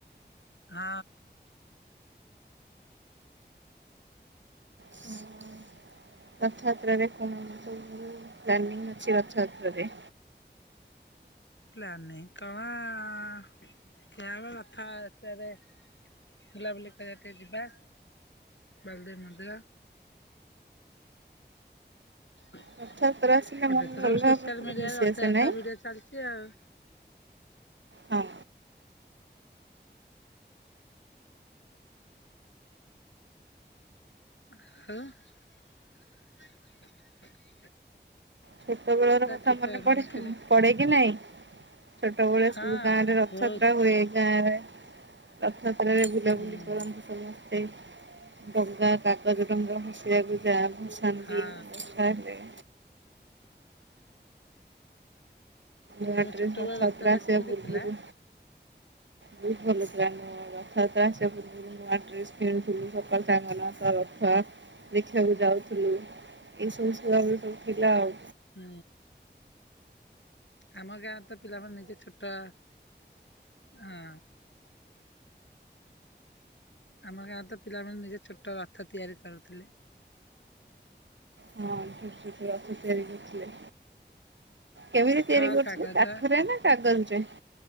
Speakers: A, on the left; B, on the right.
A: ହଁ।
B: ହଁ, ରଥଯାତ୍ରାରେ କଣ ପ୍ଲାନିଙ୍ଗ ଅଛି ରଥଯାତ୍ରାରେ?
A: ପ୍ଲାନିଂ କଣ। <unintelligible> ହବ ରଥଯାତ୍ରାରେ ବୁଲାବୁଲି କରିବା ଟିକେ ଯିବା। ବଲଦେବ ମନ୍ଦିର। ଏବେ
B: ରଥଯାତ୍ରା ଆସିଲେ ମନରେ
A: ତ ସବୁ
B: ଅଲଗା
A: ସୋସିଆଲ
B: ପ୍ରକାର
A: ମିଡିଆରେ
B: ଖୁସି
A: ରଥଯାତ୍ରା
B: ଆସେ ନାଇଁ?
A: ଭିଡିଓ ଚାଲିଛି ଆଉ।
B: ହଁ।
A: ହେଲା।
B: ଛୋଟବେଳର କଥା
A: କିପା
B: ମାନେ ପଢେ
A: କେମିତି
B: ପଢେ କି ନାଇଁ? ଛୋଟବେଳେ
A: ହଁ
B: ସବୁ ଗାଁରେ ରଥଯାତ୍ରା
A: ବହୁତ
B: ହୁଏ ଗାଁ ରଥଯାତ୍ରରେ ବୁଲାବୁଲି
A: ହୁଁ
B: କରନ୍ତି ସବୁ। ସେ ଡଙ୍ଗା କାଗଜ ଡଙ୍ଗା ହସିବାକୁ ଯାଆ ଶାନ୍ତି
A: ହଁ
B: ଲାଗେ। ବାଟରେ
A: ତୁମେ ଛୋଟବେଳେ
B: ରଥଯାତ୍ରା ଆସିବା
A: କେମିତି
B: ପୂର୍ବରୁ
A: ଥିଲା?
B: ବହୁତ ଭଲ <unintelligible> ରଥଯାତ୍ରା ଆସିବା ପୂର୍ବରୁ ନୂଆ ଡ୍ରେସ କିଣି ଥିଲ ସକାଳୁ ସାଙ୍ଗମାନଙ୍କ ସହ ରଥ ଦେଖିବାକୁ ଯାଉଥିଲୁ। ଏଇସବୁ ଛୁଆବେଳୁ ସବୁ ଥିଲା ଆଉ।
A: ହୁଁ। ଆମ ଗାଁରେ ତ ପିଲାମାନେ ନିଜେ ଛୋଟ ହଁ। ଆମ ଗାଁ ତ ପିଲାମାନେ ନିଜେ ଛୋଟ ରଥ ତିଆରି କରୁଥିଲେ।
B: ହଁ ଛୋଟିଆ ରଥ ତିଆରି କରୁଥିଲେ। କେମିତି ତିଆରି
A: କାଠ
B: କରୁଥିଲେ
A: କାଗଜ
B: କାଠରେ ନା କାଗଜରେ?